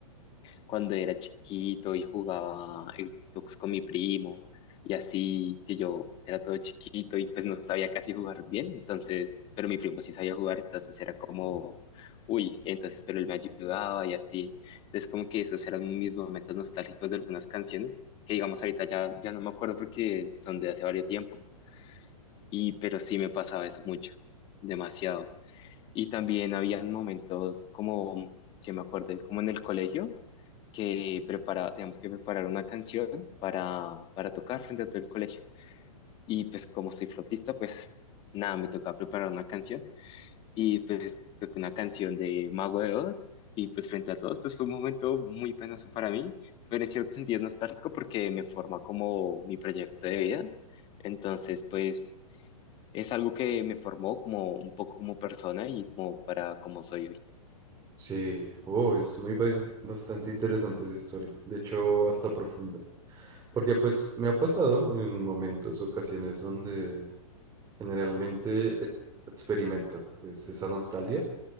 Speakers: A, on the left; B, on the right.
A: cuando era chiquito y jugaba Xbox con mi primo y así que yo era todo chiquito y pues no sabía casi jugar bien, entonces, pero mi primo sí sabía jugar, entonces era como, uy, entonces, pero él me ayudaba y así. Entonces como que esos eran mis momentos nostálgicos de algunas canciones, que digamos ahorita ya, ya no me acuerdo porque son de hace varios tiempo, y pero sí me pasaba eso mucho, demasiado. Y también habían momentos como que me acordé, como en el colegio que prepara, teníamos que preparar una canción para, para tocar frente a todo el colegio. Y pues como soy flautista, pues nada, me tocaba preparar una canción y pues toqué una canción de Mago de Oz y pues frente a todos, pues fue un momento muy penoso para mí, pero en cierto sentido es nostálgico porque me forma como mi proyecto de vida. Entonces, pues es algo que me formó como un poco como persona y como para como soy hoy.
B: Sí, oh, es muy bais- bastante interesante esa historia, de hecho hasta profunda, porque pues me ha pasado en momentos, ocasiones donde generalmente ex- experimento pues esa nostalgia